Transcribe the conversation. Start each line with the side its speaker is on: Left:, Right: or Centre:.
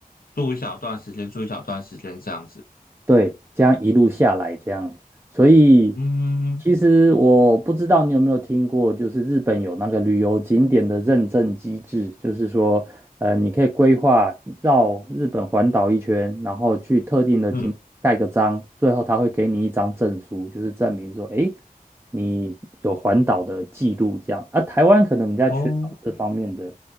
Left: 住一小段时间，住一小段时间这样子。
Right: 对，这样一路下来这样，所以
Left: 嗯
Right: 其实我不知道你有没有听过，就是日本有那个旅游景点的认证机制，就是说，呃，你可以规划绕日本环岛一圈，然后去特定的景盖个章，
Left: 嗯，
Right: 最后他会给你一张证书，就是证明说，诶，你有环岛的记录这样。啊，台湾可能比较缺少这方面的。
Left: 哦